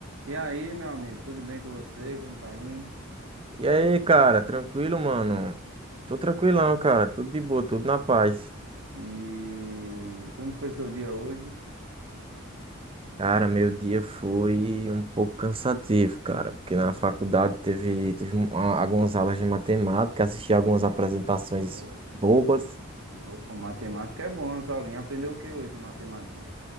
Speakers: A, on the right; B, on the right.
A: E aí, meu amigo, tudo bem com você? Como tá indo?
B: E aí, cara, tranquilo, mano? Tô tranquilão, cara, tudo de boa, tudo na paz.
A: E como foi seu dia hoje?
B: Cara, meu dia foi um pouco cansativo, cara, porque na faculdade teve, teve um- a- algumas aulas de matemática, assisti algumas apresentações
A: Ô,
B: bobas,
A: Opa, matemática é bom, as aulinhas. Aprendeu o que hoje em matemática?